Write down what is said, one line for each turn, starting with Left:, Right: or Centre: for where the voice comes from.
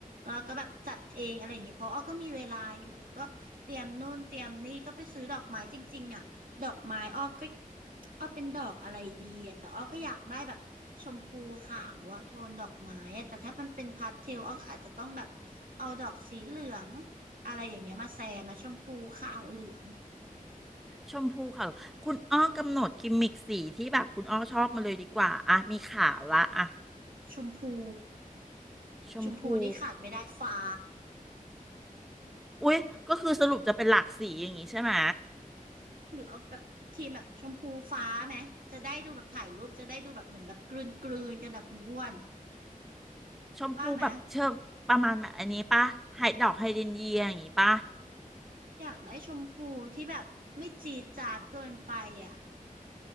Right: แล้วก็แบบจัดเองอะไรอย่างเงี้ยเพราะอ้อก็มีเวลาอยู่แบบก็เตรียมนู่นเตรียมนี่ก็ไปซื้อดอกไม้จริงๆอ่ะดอกไม้อ้อก็อ้อเป็นดอกอะไรดีอะแต่อ้อก็อยากได้แบบชมพูขาวอะโทนดอกไม้อะแต่ถ้ามันเป็นพาสเทลอ้อก็อาจจะต้องแบบเอาดอกสีเหลืองอะไรอย่างเงี้ยมาแซมมาชมพูขาวเหลือง
Centre: ชมพูค่ะคุณอ้อกำหนดกิมมิกสีที่แบบคุณอ้อชอบมาเลยดีกว่าอ่ะมีขาวละอ่ะ
Right: ชมพู
Centre: ชมพู
Right: ชมพูนี่ขาดไม่ได้ฟ้า
Centre: อุ๊ยก็คือสรุปจะเป็นหลากสีอย่างงี้ใช่ไหม
Right: หรือเอาแบบทีมแบบชมพูฟ้าไหมจะได้ดูแบบถ่ายรูปจะได้ดูแบบเหมือนแบบกลืนกลืนกันนะคุณอ้วน
Centre: ชมพูแบบเชิงประมาณแบบอันนี้ปะไฮดอกไฮเดรนเยียอย่างงี้ปะ
Right: ว่าไหมอยากได้ชมพูที่แบบไม่จี๊ดจ๊าดเกินไปอ่ะ